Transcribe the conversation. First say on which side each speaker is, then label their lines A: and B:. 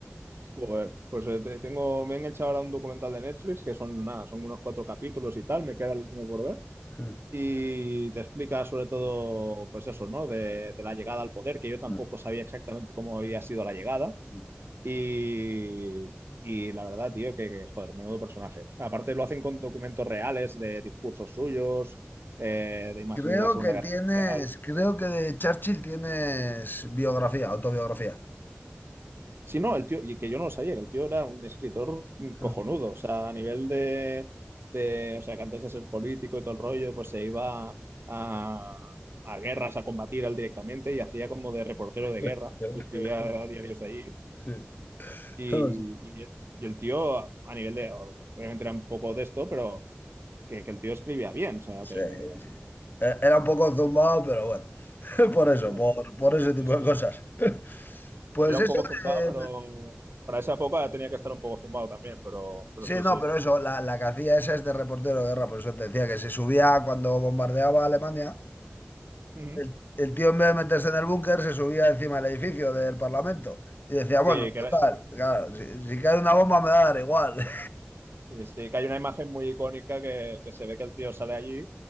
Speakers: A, on the right (about 65°); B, on the left (about 50°).
A: Joder, pues eh, te- tengo, me he enganchado ahora a un documental de Netflix que son nada, son unos cuatro capítulos y tal, me queda el último por ver.
B: Mm,
A: Y te explica sobre todo, pues eso, ¿no? De, de la llegada al poder, que yo tampoco
B: mm,
A: sabía exactamente cómo había sido la llegada.
B: mm.
A: Y, y la verdad, tío, que, que, joder, menudo personaje. Aparte lo hacen con documentos reales de discursos suyos, eh, de imágenes
B: Creo
A: de la Segunda
B: que
A: Guerra
B: tienes,
A: Mundial.
B: creo que de Churchill tienes biografía, autobiografía.
A: Sí, no, el tío, y que yo no lo sabía, que el tío era un escritor cojonudo,
B: Mm.
A: o sea, a nivel de, de, o sea, que antes de ser político y todo el rollo, pues se iba a, a guerras a combatir él directamente y hacía como de reportero de guerra,
B: <laughs>
A: y escribía diarios de ahí,
B: Sí,
A: y,
B: sí.
A: y, el y el tío, a nivel de, obviamente era un poco de esto, pero que, que el tío escribía bien, o sea,
B: sí.
A: que...
B: Eh, Era un poco zumbado, pero bueno, <laughs> por eso,
A: Wow,
B: por,
A: un poco,
B: por
A: dices,
B: ese tipo
A: sí, sí.
B: de cosas. <laughs> Pues
A: Era un
B: eso,
A: poco zumbado,
B: eh,
A: pero para esa época tenía que estar un poco zumbado también, pero, pero
B: sí,
A: sí,
B: no,
A: sí.
B: pero eso, la, la que hacía esa es de reportero de guerra, por eso te decía que se subía cuando bombardeaba Alemania,
A: Ujú.
B: El, el tío en vez de meterse en el búnker se subía encima del edificio del Parlamento y decía, bueno,
A: Sí, que
B: total,
A: era,
B: claro, si, si cae una bomba me va a dar igual.
A: Este, que hay una imagen muy icónica que, que se ve que el tío sale allí